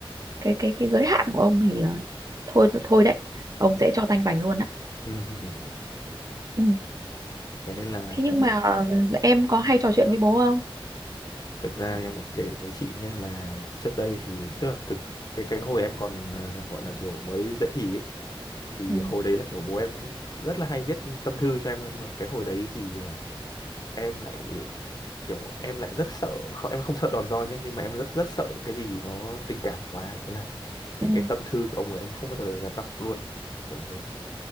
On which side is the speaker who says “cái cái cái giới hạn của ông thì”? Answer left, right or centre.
Right